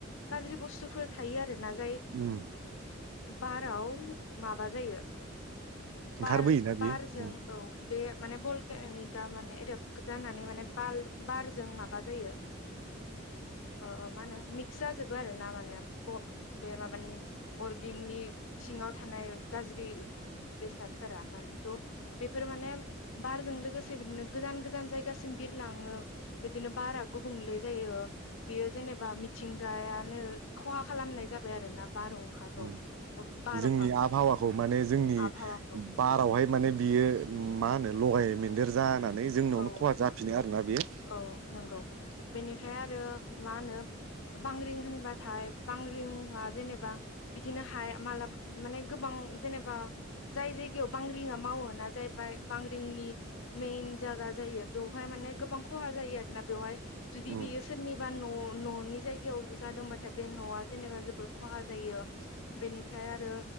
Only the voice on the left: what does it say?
गाज्रि बुस्थुफोर थायो आ रोना जाय
बाराव माबा जायो बार-बारजों
औ बे माने बलकेगा माने एरेप जानानै माने बाल बारजों माबा जायो ओ मा होनो मिक्स जाजोबो आरोना माने ब बे माबानि अरगेंनि सिङाव थानाय गाज्रि बेसादफोरा मानथ बेफोर माने बारजों लोगोसे बिदिनो गोजान-गोजान जायगासिम बिरलाङो बिदिनो बारा गुबुंले जायो बेयो जेनेबा मिथिंगायानो खहा खालामनाय जाबाय आरोना। बारहुंखाखौ
बार'खाखौ
आबहावाखौ
औ
औ नंगौ बेनिफ्राय आरो मा होनो बांग्रिं होनबाथाय बांग्रिंआ जेनेबा बिदिनो हाया मालाबा माने गोबां जेनेबा जाय जायगायाव बांग्रिआ मावो ना जाहैबाय बांग्रिंनि मेन जागा जायो बेवहाय माने गोबां खहा जायो आरोना बेवहाय जुदि
बियो‌ सोरनिबा न' न'नि जायगायाव जादोंबाथाय बे न'आ‌ जेनेबा जोबोद खहा जायो बेनिफ्राय आरो